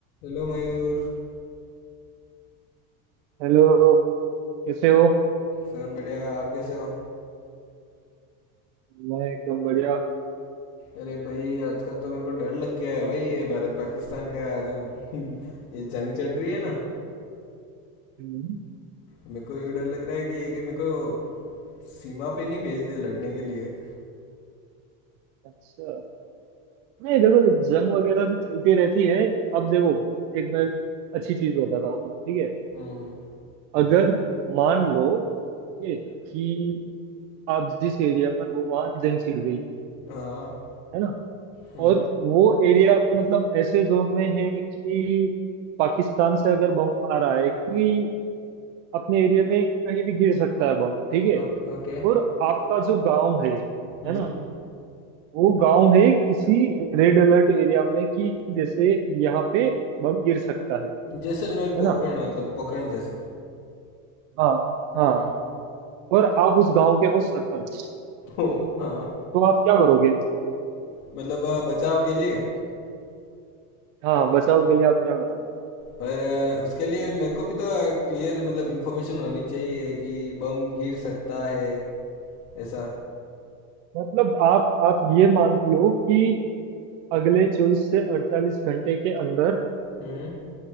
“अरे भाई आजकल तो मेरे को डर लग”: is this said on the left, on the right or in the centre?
Left